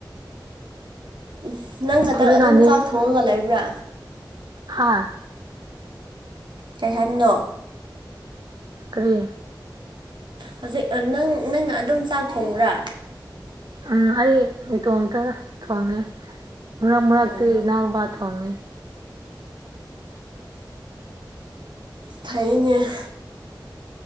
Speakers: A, on the right (about 75°); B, on the right (about 55°).
A: ꯎꯝ ꯅꯪ ꯈꯛꯇꯪ
B: ꯍꯧꯖꯤꯛꯀꯥꯟꯗꯤ
A: ꯑꯗꯨꯝ ꯆꯥꯛ ꯊꯣꯡꯉꯒ ꯂꯩꯕ꯭ꯔꯥ
B: ꯍꯥꯥ
A: ꯀꯩꯍꯟꯅꯣ
B: ꯎ
A: ꯍꯧꯖꯤꯛ ꯅꯪ ꯅꯪꯅ ꯑꯗꯨꯝ ꯆꯥꯛ ꯊꯣꯡꯕ꯭ꯔꯥ
B: ꯎꯝ ꯑꯩ ꯏꯇꯣꯝꯇ ꯊꯣꯡꯉꯦ ꯃꯔ ꯃꯔꯒꯇꯩ
A: ꯎꯝ
B: ꯅ ꯕꯥꯊ ꯍꯦ
A: ꯊꯥꯏꯩꯅ